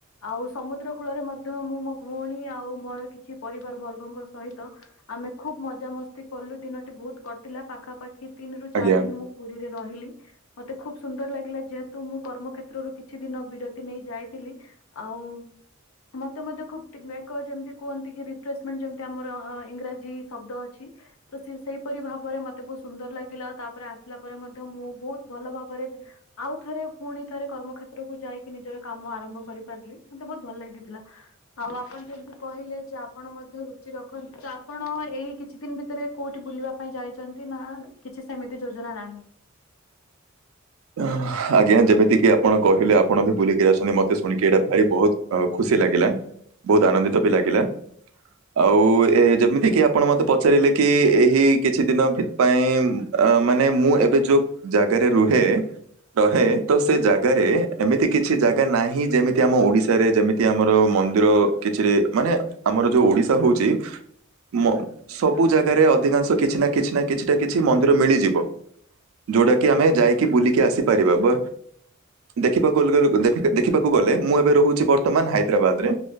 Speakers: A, on the left; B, on the right.
A: ଆଉ ସମୁଦ୍ର କୂଳରେ ମଧ୍ୟ ମୁଁ ମୋ ଭଉଣୀ ଆଉ ମୋର କିଛି ପରିବାର ବର୍ଗଙ୍କ ସହିତ ଆ ଆମେ ଖୁବ୍ ମଜାମସ୍ତି କଲୁ। ଦିନଟି ବହୁତ କଟିଲା ପାଖାପାଖି ତିନି ରୁ
B: ଆଜ୍ଞା।
A: ଚାରି ଦିନ ମୁଁ ପୁରୀ ରହିଲି। ମତେ ଖୁବ ସୁନ୍ଦର ଲାଗିଲା ଯେହେତୁ ମୁଁ କର୍ମକ୍ଷେତ୍ରରୁ କିଛି ଦିନ ବିରତି ନେଇ ଯାଇଥିଲି। ଆଉ ମତେ ମଧ୍ୟ ଖୁବ ଟି ଏକ ଯେମିତି କୁହନ୍ତି କି ରିଫ୍ରେଶମେଣ୍ଟ ଆମର ଇଂରାଜୀ ଶବ୍ଦ ଅଛି। ତ ସେ ସେଇପରି ଭାବରେ ମତେ ବହୁତ ସୁନ୍ଦର ଲାଗିଲା। ଆଉ ତାପରେ ଆସିଲା ପରେ ମଧ୍ୟ ମୁଁ ବହୁତ ଭଲ ଭାବରେ ଆଉ ଥରେ ପୁଣି ଥରେ କର୍ମକ୍ଷେତ୍ରକୁୁ ଯାଇକି ନିଜର କାମ ଆରମ୍ଭ କରିପାରିଲି। ମତେ ବହୁତ ଭଲ ଲାଗିଥିଲା। ଆଉ ଆପଣ ଯେମିତି କହିଲେ ଯେ ଆପଣ ମଧ୍ୟ ରୁଚି ରଖନ୍ତି। ତ ଆପଣ ଏଇ କିଛି ଦି ଭିତରେ କୋଉଠି ବୁଲିବା ପାଇଁ ଯାଇଛନ୍ତି ନା କିଛି ସେମିତି ଯୋଜନା ନାହିଁ?
B: ଆଜ୍ଞା ଯେମିତି କିି ଆପଣ କହିଲେ ଆପଣ ବି ବୁଲିକିରି ଆସଛନ୍ତି। ମତେ ଶୁଣିକି ଏଇଟା ଭାରି ବହୁତ ଖୁସି ଲାଗିଲା। ବହୁତ ଆନନ୍ଦିତ ବି ଲାଗିଲା, ଆଉ ଏ ଯେମିତି କି ଆପଣ ମତେ ପଚାରିଲେ କି ଏହି କିଛି ଦିନ ଭି ପାଇଁ ଅ ମାନେ ମୁଁ ଏବେ ଯୋଉ ଜାଗାରେ ରୁ ହେ। ରହେ ତ ସେ ଜାଗାରେ ଏମିତି କିଛି ଜାଗା ନାହିଁ। ଯେମିତି ଆମ ଓଡିଶାରେ ଯେମିତି ଆମର ମନ୍ଦିର କିଛିରେ ମାନେ ଆମର ଯୋଉ ଓଡିଶା ହଉଛି ମ ସବୁ ଜାଗାରେ ଅଧିକାଂଶ କିଛି ନା- କିଛି ନା- କିଛି ନା- କିଛି ମନ୍ଦିର ମିଳିଯିବ। ଯୋଉଟା କି ଆମେ ଯାଇକି ବୁଲିକି ଆସିପାରିବା ବ ଦେଖିବାକୁ ଗ ଦେଖିବାକୁ ଗଲେ। ମୁଁ ଏବେ ରହୁଛି ବର୍ତ୍ତମାନ ହାଇଦ୍ରାବାଦରେ।